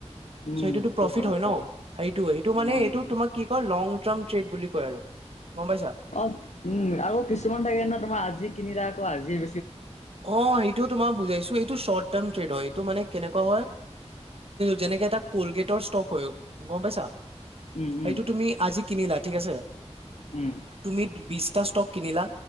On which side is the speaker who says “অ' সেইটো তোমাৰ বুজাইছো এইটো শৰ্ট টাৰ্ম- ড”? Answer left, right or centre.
Right